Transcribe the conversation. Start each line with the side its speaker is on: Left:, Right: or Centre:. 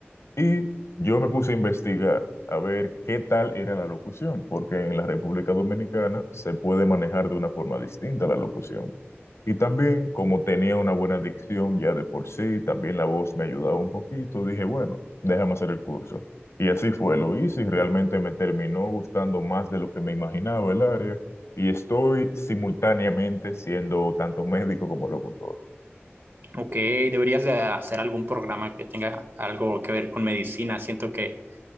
Left: Y yo me puse a investigar a ver qué tal era la locución, porque en la República Dominicana se puede manejar de una forma distinta la locución. Y también, como tenía una buena dicción ya de por sí, también la voz me ayudaba un poquito, dije, bueno, déjame hacer el curso. Y así fue, lo hice y realmente me terminó gustando más de lo que me imaginaba el área. Y estoy simultáneamente siendo tanto médico como locutor.
Right: Ok, deberías de hacer algún programa que tenga algo que ver con medicina. Siento que